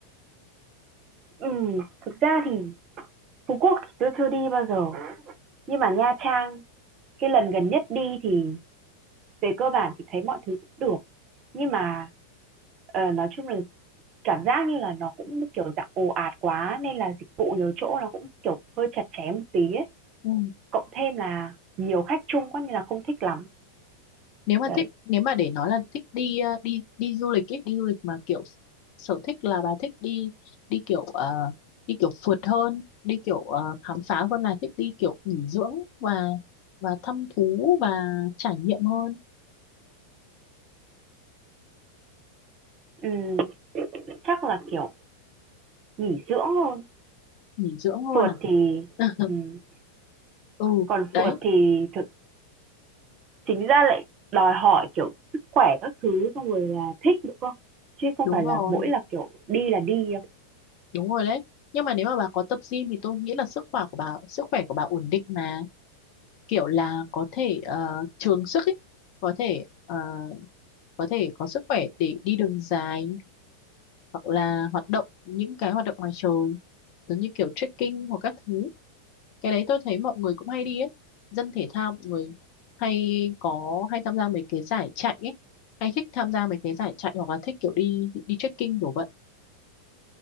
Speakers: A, on the right (about 35°); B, on the left (about 45°).
A: Ừm, thực ra thì Phú Quốc thì tôi chưa đi bao giờ, nhưng mà Nha Trang cái lần gần nhất đi thì về cơ bản thì thấy mọi thứ cũng được nhưng mà ờ, nói chung là cảm giác như là nó cũng kiểu dạng ồ ạt quá nên là dịch vụ nhiều chỗ nó cũng kiểu hơi chặt chém một tí ấy.
B: ừ.
A: cộng thêm là nhiều khách chung quá nên là không thích lắm
B: nếu mà
A: đấy
B: thích nếu mà để nói là thích đi ờ, đi đi du lịch ấy đi du lịch mà kiểu sở thích là bà thích đi đi kiểu ờ, đi kiểu phượt hơn đi kiểu ờ, khám phá hơn là thích đi kiểu nghỉ dưỡng và và thăm thú và trải nghiệm hơn
A: Ừm, chắc là kiểu nghỉ dưỡng luôn
B: nghỉ dưỡng hơn
A: phượt
B: à
A: thì
B: <laughs>
A: ừm,
B: ừ
A: còn
B: đấy
A: phượt thì thực chính ra lại đòi hỏi kiểu sức khỏe các thứ xong rồi là thích nữa cơ chứ không
B: đúng
A: phải
B: rồi
A: là mỗi là kiểu đi là đi
B: đúng rồi đấy nhưng mà nếu mà bà có tập gym thì tôi nghĩ là sức khỏe của bà sức khỏe của bà ổn định mà kiểu là có thể ờ, trường sức ấy có thể ờ, có thể có sức khỏe để đi đường dài hoặc là hoạt động những cái hoạt động ngoài trời giống như kiểu trekking hoặc các thứ cái đấy tôi thấy mọi người cũng hay đi ấy dân thể thao mọi người hay có hay tham gia mấy cái giải chạy ấy hay thích tham gia mấy cái giải chạy hoặc là thích kiểu đi đi trekking kiểu vậy